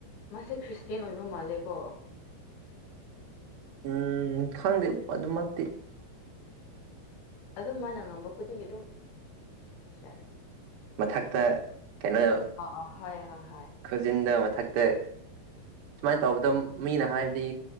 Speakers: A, on the left (about 65°); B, on the right (about 70°).
A: ꯃꯥꯁꯦ ꯈ꯭ꯔꯤꯁꯇꯦꯟ ꯑꯣꯏꯕ ꯃꯥꯜꯂꯦꯀꯣ
B: ꯎꯝ ꯈꯪꯗꯦ ꯑꯗꯨꯃꯛꯇꯤ
A: ꯑꯗꯨꯝ ꯃꯥꯅ ꯉꯝꯕ ꯈꯨꯗꯤꯡꯒꯤ ꯑꯗꯨꯝ ꯑꯁ ꯌꯥꯔꯦꯗ
B: ꯃꯊꯛꯇ ꯀꯩꯅꯣ
A: ꯑ ꯑ ꯍꯣꯏ ꯍꯣꯏ ꯍꯣꯏ
B: ꯈꯨꯟꯖꯤꯟꯗꯣ ꯃꯊꯛꯇ ꯁꯨꯃꯥꯏꯅ ꯇꯧꯕꯗ ꯃꯤꯅ ꯍꯥꯏꯕꯗꯤ